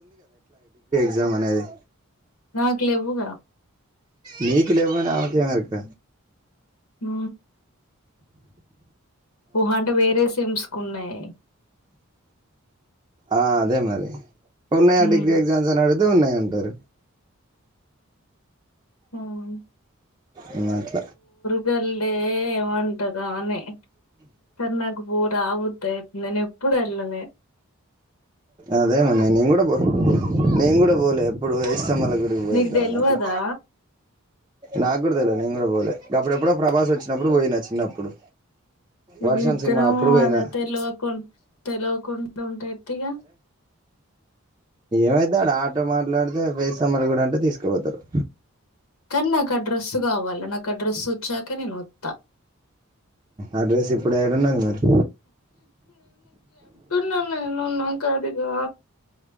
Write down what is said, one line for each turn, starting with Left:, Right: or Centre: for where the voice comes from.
Right: నిజం అనేది
Left: నాకు లేవుగా
Right: మీకు లివ్వనీ ఆమెకెమెరుక
Left: ఆ ఊహ అంటే వేరే సిమ్స్ కు ఉన్నాయి
Right: ఆ అదే మరి ఉన్న
Left: హ్మ్.
Right: Degree exams. అడు అదే ఉన్నాయింటారు
Left: హ్మ్.
Right: <inaudible> మట్
Left: ద లేే ఉంట <inaudible> ద అనే చన్నగ్ ఊర్ ఆవుద్యి ఇక్కడ ఉన్న పదాల వేరు వచ్చిన ట్రాన్స్క్రిప్షన్ ఆడియో వేరే విధంగా ఉంది. ఇని ఎప్పుడ అళనే
Right: అదే మన్న నీ కూడా పో నీ కూడా పోలే పడువై చెమల గుడికి పోయేద్దామని
Left: నీకు తెల్వదా
Right: అట్లా నాకుడదలే ని కూడా పోలే అప్పుడు ఎప్పుడ ప్రభాసు వచ్చినప్పుడు పోయిన చిన్నప్పుడు.
Left: ఇ
Right: వర్షం
Left: ఇద్దరం
Right: సినిమా అప్పుడు పోయినా
Left: అద తెల్వకుం తెల్వకుం ఎంట ఉంట ఎత్తిగా
Right: ఏమైతాడు ఆటో మాట్లాడితే వే సమ్మలు గూడ అంటే తీసుకుపోతారు
Left: కానీ నాకు ఆ డ్రస్సు కావాలి నాకు ఆ డ్రస్ వచ్చాకే నేను వత్తా
Right: అడ్రస్ ఇప్పుడు ఏడున్నది మరి
Left: ఇన్నన్న ఎన్నన్నా నాకదిగా